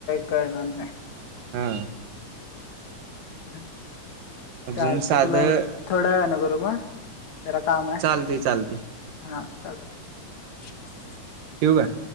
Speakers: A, on the left; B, on the right.
A: करणार नाय
B: हा.
A: मे
B: अजून
A: चाल ते
B: साधं
A: तुला थोड्या ना करू मग? <unintelligible>
B: चालते चालते
A: काढते
B: ठेवू काय?